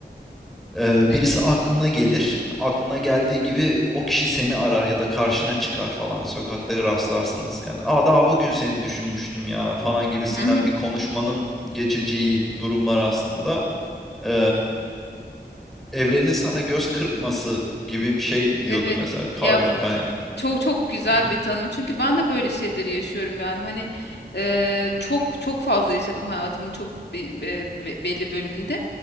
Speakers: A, in the centre; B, on the left.
A: Ee,
B: Ne
A: birisi
B: gibi?
A: aklına gelir. Aklına geldiği gibi o kişi seni arar ya da karşına çıkar falan. Sokakta rastlarsınız. Yani Aa, daha bugün seni düşünmüştüm ya falan gibisinden
B: Hı hı,
A: bir konuşmanın geçeceği durumlar aslında. Ee, evrenin sana göz kırpması gibi bir şey diyordu
B: Evet.
A: mesela
B: Ya
A: Carl Jung hani.
B: Çok çok güzel
A: Hı hı.
B: bir tanım. Çünkü ben de böyle şeyleri yaşıyorum yani. Hani eee, çok çok fazla yaşadım hayatımın çok be- be- be- belli bölümünde.